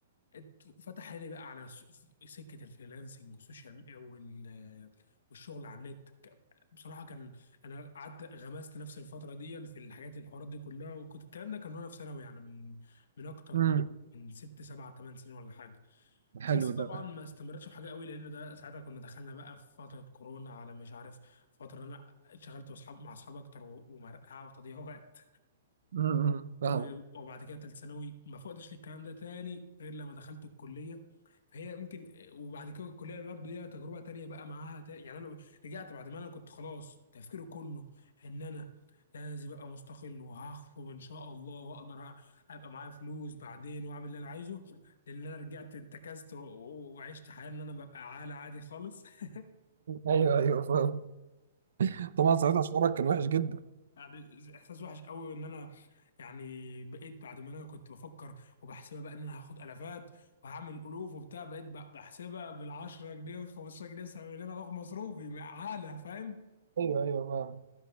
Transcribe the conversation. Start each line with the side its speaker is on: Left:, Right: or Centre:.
Left: ات- فتح لي بقى على س- سكه الفريلانسنج والسوشيال وال- والشغل على النت ك- بصراحه كان انا قعدت غمست نفسي الفتره دي في الحاجات الحوارات دي كلها وكنت الكلام ده كان وانا في ثانوي يعني من من اكتر
Right: مم.
Left: من من ست سبع ثمان سنين ولا حاجه
Right: حلو
Left: بس طبعا
Right: ده
Left: ما استمرتش في حاجه قوي لان ده ساعتها كنا دخلنا بقى في فتره كورونا على مش عارف فتره انا اشتغلت واصحاب مع اصحاب اكتر و- ومرقعه وتضييع وقت
Right: مم. مم. فاهم
Left: و- وبعد كده تالت ثانوي ما فقتش للكلام ده تاني غير لما دخلت الكليه فهي ممكن وبعد كده الكليه برضه ليها تجربه تانية بقى معاها تا- يعني انا رجعت بعد ما انا كنت خلاص تفكيري كله ان انا لازم ابقى مستقل وهخطب ان شاء الله واقدر أ- ابقى معايا فلوس بعدين واعمل اللي انا عايزه لان انا رجعت اتكست و- و- وعشت حياه ان انا ببقى عالة عادي خالص <laughs>
Right: ايوه ايوه فاهم طبعا ساعتها شعورك كان وحش جدا
Left: يعني احساس وحش قوي ان انا يعني بقيت بعد ما انا كنت بفكر وبحسبها بقى ان انا هاخد الافات وهعمل الوف وبتاع بقيت بق- بحسبها بال 10 جنيه وال 15 جنيه بسبب ان انا باخد مصروفي عاله فاهم
Right: ايوه ايوه فاهم